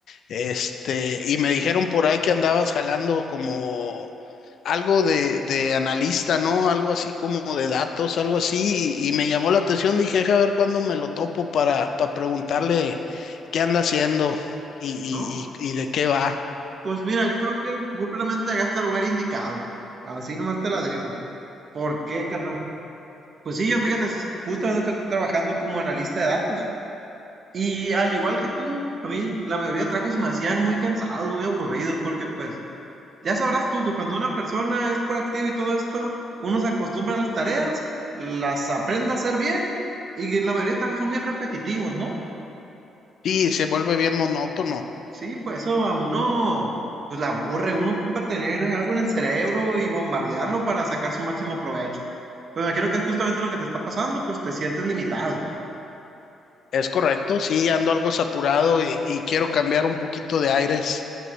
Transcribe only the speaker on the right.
¿no?
Pues mira, yo creo que muy probablemente llegaste al lugar indicado. Así nomás te la dejo. ¿Por qué, carnal? Pues sí, yo fíjate, s- justamente estoy trabajando como analista de datos. Y al igual que tú, a mí la mayoría de trabajos se me hacían muy cansados, muy aburridos, porque pues Ya sabrás tú que cuando una persona es proactiva y todo esto, uno se acostumbra a las tareas, las aprende a hacer bien y la mayoría de estas cosas son bien repetitivos, ¿no?
Sí, pues eso a uno pues la aburre, uno ocupa tener algo en el cerebro y bombardearlo para sacar su máximo provecho. Pues me imagino que es justamente lo que te está pasando, pues te sientes limitado.